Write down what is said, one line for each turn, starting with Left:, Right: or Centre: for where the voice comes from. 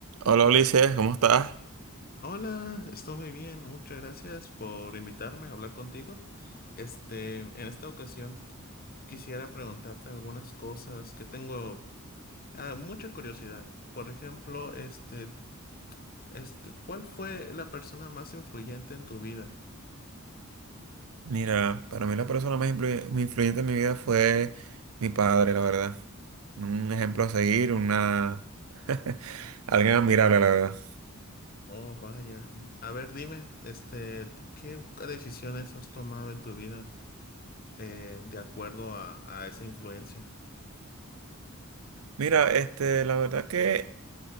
Right: Hola Ulises, ¿cómo estás?
Left: Hola, estoy muy bien. Muchas gracias por invitarme a hablar contigo. Este, en esta ocasión quisiera preguntarte algunas cosas que tengo ah, mucha curiosidad. Por ejemplo, este, este, ¿cuál fue la persona más influyente en tu vida?
Right: Mira, para mí la persona más influ- muy influyente en mi vida fue mi padre, la verdad. Un ejemplo a seguir, una... <laughs> alguien admirable, la verdad.
Left: Oh, vaya. A ver, dime, este, ¿qué decisiones has tomado en tu vida eh, de acuerdo a, a esa influencia?
Right: Mira, este, la verdad que